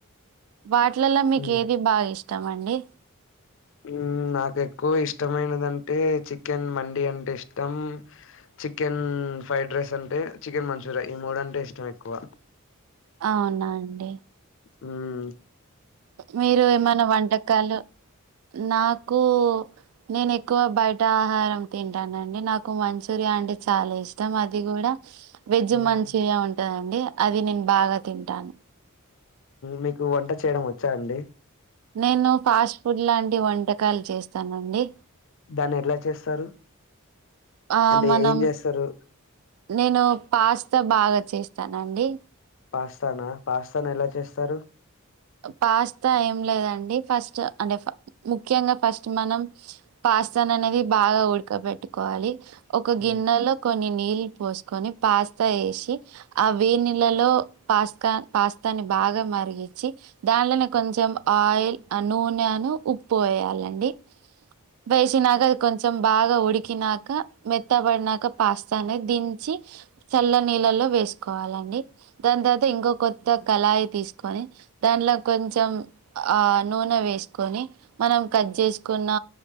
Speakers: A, on the right; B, on the left.
A: వాటిలలో మీకు
B: ఉమ్.
A: ఏది బాగా ఇష్టం అండి
B: హ్మ్ నాకు ఎక్కువ ఇష్టమైనదంటే చికెన్ మండి అంటే ఇష్టం చికెన్ ఫ్రైడ్ రైస్ అంటే చికెన్ మంచూరియా ఈ మూడు అంటే ఇష్టం ఎక్కువ
A: అవునా అండి
B: హ్మ్
A: మీరు ఏమైనా వంటకాలు నాకు నేను ఎక్కువ బయట ఆహారం తింటానండి నాకు మంచూరియా అంటే చాలా ఇష్ ష్టం అది కూడా వెజ్
B: మ్మ్,
A: మంచూరియా ఉంటందండి అది నేను బాగా తింటాను
B: మీకు వంట చేయడం వచ్చా అండి
A: నేను ఫాస్ట్ ఫుడ్ లాంటి వంటకాలు చేస్తానండి
B: దాన్ని ఎట్లా చేస్తారు
A: ఆ
B: అంటే
A: మనం
B: ఏం చేస్తారు
A: నేను పాస్తా బాగా చేస్తానండి
B: పాస్తానా పాస్తాను ఎలా చేస్తారు
A: పాస్తా ఏం లేదండి ఫస్ట్ అంటే ముఖ్యంగా ఫస్ట్ మనం పాస్తాన్ అనేది బాగా ఉడకబెట్టుకోవాలి ఒక గిన్నెలో
B: మ్,
A: కొన్ని నీళ్ళు పోసుకొని పాస్తా వేసి ఆ వేడి నీళ్లలో పాస్త పాస్తాని బాగా మరిగ గించి దాంలోనే కొంచెం ఆయిల్ నూనెను ఉప్పు వేయాలండి వేసినాక అది కొంచెం బాగా ఉడికినాక మెత్తబడినాక పాస్తా అనేది దించి చల్ల నీళ్ళల్లో వేసుకోవాలండి దాని తర్వాత ఇంకో కొత్త కళాయి తీసుకొని దాంట్లో కొంచెం ఆ నూనె వేసుకొని మనం కట్ చేసుకున్న